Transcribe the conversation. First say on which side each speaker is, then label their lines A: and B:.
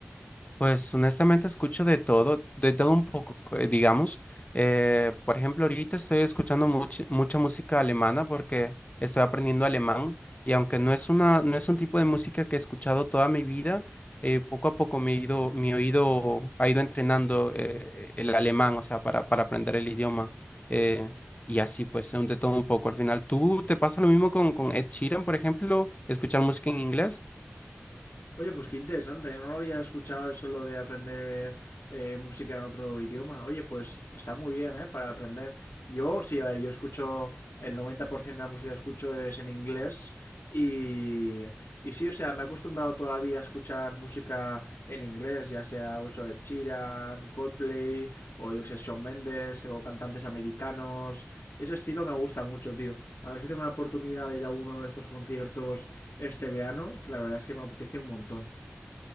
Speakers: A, on the left; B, on the left.
A: Pues honestamente escucho de todo, de todo un poco, eh, digamos. Eh, por ejemplo, ahorita estoy escuchando much- mucha música alemana porque estoy aprendiendo alemán y aunque no es una, no es un tipo de música que he escuchado toda mi vida, eh, poco a poco me he ido, mi oído ha ido entrenando eh, el alemán, o sea, para, para aprender el idioma. eh, y así pues, de todo un poco. Al final, ¿tú te pasa lo mismo con, con Ed Sheeran, por ejemplo, escuchar música en inglés?
B: Oye, pues qué interesante, yo no lo había escuchado eso lo de aprender eh, música en otro idioma. Oye, pues está muy bien, ¿eh? Para aprender. Yo, sí, a ver, yo escucho, el 90% de la música que escucho es en inglés y, y sí, o sea, me he acostumbrado toda la vida a escuchar música en inglés, ya sea eso de Ed Sheeran, Coldplay o yo que sé, Shawn Mendes o cantantes americanos ese estilo me gusta mucho, tío. A ver si tengo la oportunidad de ir a uno de estos conciertos este verano, que la verdad es que me apetece un montón.